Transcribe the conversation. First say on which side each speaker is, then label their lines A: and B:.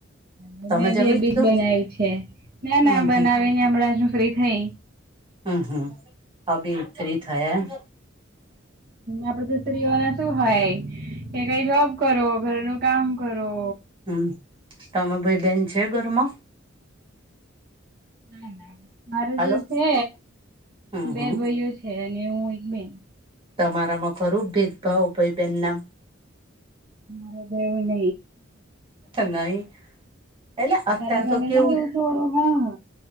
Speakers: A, on the right; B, on the right.
A: બરાબર.
B: તમે
A: મે
B: જમી
A: બે બીસ
B: લીધું
A: બનાવ્યુ છે, ના
B: હમ
A: ના બનાવી
B: હમ
A: ને હમણા શું ફ્રી થઈ.
B: હમ્મ હમ્મ. અ બી ફ્રી થયા. હ
A: આપડધ સ્ત્રીઓને શું હોય, કે કઈ જોબ કરો ઘર નું કામ કરો.
B: હમ, તમે ભાઈ બેન છે ઘરમાં?
A: ના ના મારે
B: હલો
A: તો છે
B: હમ
A: બે
B: હમ
A: ભાઈઓ છે અને હું એક બેન.
B: તમારામાં ખરું ભેદભાવ ભાઈ બેહેન નામ.
A: મારે દેવું ન.
B: નહી એટલે અત્યાર
A: હલામેવું
B: તો કેવું
A: થોડું હા.